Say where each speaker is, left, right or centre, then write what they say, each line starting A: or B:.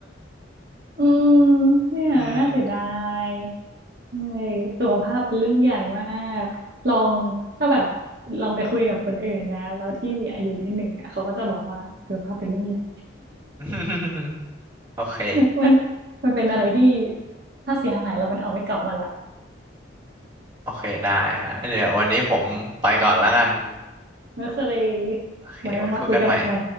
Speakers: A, on the right; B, on the right.
A: อืม
B: <laughs>
A: เนี่ยน่าเสียดา
B: อืม
A: ยเมื่อยสุขภาพเป็นเรื่องใหญ่มากลองถ้าแบบลองไปคุยกับคนอื่นนะแล้วที่มีอายุนิดหนึ่งอ่ะเขาก็จะบอกว่าสุขภาพเป็นเรื่องใหญ่
B: <laughs> โอเค
A: <laughs> มันมันเป็นอะไรที่ถ้าเสียหายเรามันเอาไม่กลับมาละ
B: โอเคได้ฮะเดี๋ยววันนี้ผมไปก่อนแล้วกัน
A: ก็เลย
B: โอเคไว้คุยกันใหม่
A: ไว้มาคุยกันใหม่